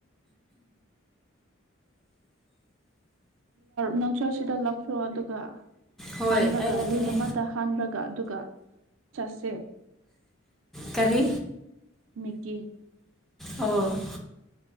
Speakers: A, on the right; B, in the centre.
A: ꯅꯪꯁ ꯁꯤꯗ ꯂꯥꯛꯈꯣ ꯑꯗꯨꯒ
B: ꯍꯣꯏ
A: ꯍꯜꯔꯒ
B: ꯑꯩ ꯂꯥꯛꯀꯅꯤ
A: ꯂꯣꯏꯟ ꯑꯃꯗ ꯍꯟꯔꯒ ꯑꯗꯨꯒ ꯆꯥꯁꯦ
B: ꯀꯔꯤ
A: ꯃꯀꯤ
B: ꯑꯣ